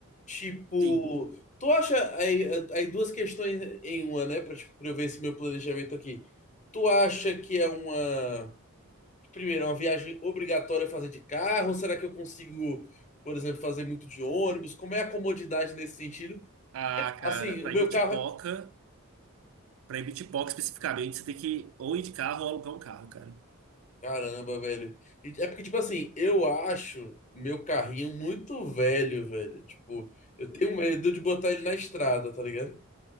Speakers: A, on the left (about 35°); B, on the right (about 65°).
A: Tipo,
B: Sim.
A: tu acha aí, aí duas questões em uma, né? Pra, tipo, pra eu ver esse meu planejamento aqui. Tu acha que é uma, primeiro, é uma viagem obrigatória fazer de carro? será que eu consigo, por exemplo, fazer muito de ônibus? Como é a comodidade nesse sentido?
B: Ah, cara,
A: Assim,
B: pra
A: o meu
B: ir Bitipoca,
A: carro
B: pra ir Bitipoca especificamente, você tem que ou ir de carro ou alugar um carro, cara.
A: Caramba, velho. E É porque, tipo assim, eu acho meu carrinho muito velho, velho. Tipo, eu tenho medo de botar ele na estrada, tá ligado?